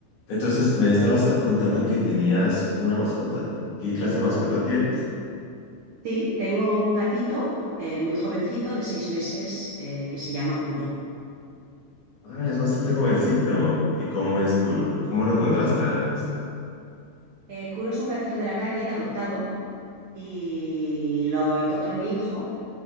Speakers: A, on the left; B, on the right.
A: Entonces, me estabas contando que tenías una mascota. ¿Qué clase de mascota tienes?
B: Sí, tengo un gatito eh, muy jovencito de seis meses eh, que se llama Kuro.
A: Ah, es bastante jovencito. ¿Y cómo es Kuro? ¿Cómo lo encontraste además?
B: Eh, Kuro es un gatito de la calle adoptado y lo encontró mi hijo